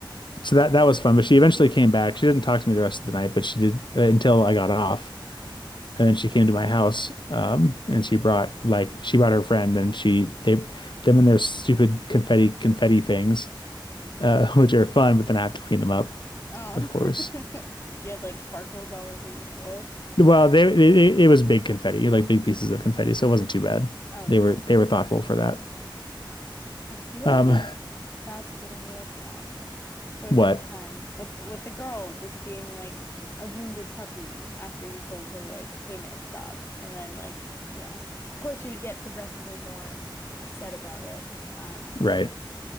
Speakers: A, on the left; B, on the left.
A: So that that was fun, but she eventually came back. She didn't talk to me the rest of the night, but she did uh, until I got off. And then she came to my house, um, and she brought like she brought her friend, and she they them and their stupid confetti confetti things, uh, <laughs> which are fun, but then I have to clean them up,
B: Oh,
A: of course.
B: <laughs> you had like sparkles all over your floor.
A: Well, they, they it it was big confetti, like big pieces of confetti, so it wasn't too bad.
B: Okay.
A: They were they were thoughtful for that.
B: I feel
A: Um,
B: like that's a bit of a red flag for the
A: what?
B: first time with with the girl just being like a wounded puppy after you told her like, "Hey man, stop." And then like, you know, of course she would get progressively more upset about it. Um,
A: Right.